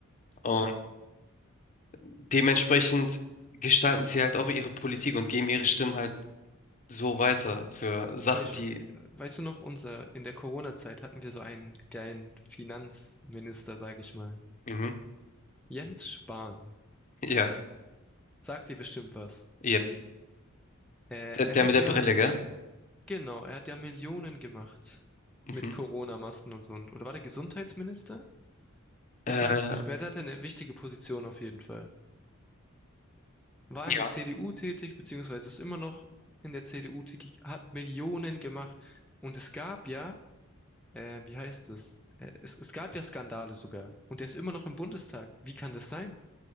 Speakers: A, on the left; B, in the centre.
A: Und
B: ja.
A: dementsprechend gestalten sie halt auch ihre Politik und geben ihre Stimmen halt so weiter für Sachen,
B: Guck mal, ich,
A: die
B: we- weißt du noch, unser, in der Corona-Zeit hatten wir so einen geilen Finanzminister, sag ich mal.
A: Mhm.
B: Jens Spahn.
A: Ja,
B: Sagt dir bestimmt was.
A: ja.
B: Äh,
A: Der,
B: er
A: der
B: hat
A: mit der
B: ja,
A: Brille, gell?
B: genau, er hat ja Millionen gemacht
A: Mhm.
B: mit Corona-Masken und so. Und, oder war der Gesundheitsminister?
A: Äh,
B: Ich weiß es nicht mehr. Er hatte eine wichtige Position auf jeden Fall. War
A: ja,
B: in der CDU tätig, beziehungsweise ist immer noch in der CDU tätig, hat Millionen gemacht. Und es gab ja äh, wie heißt es? Äh, es? Es gab ja Skandale sogar. Und der ist immer noch im Bundestag. Wie kann das sein?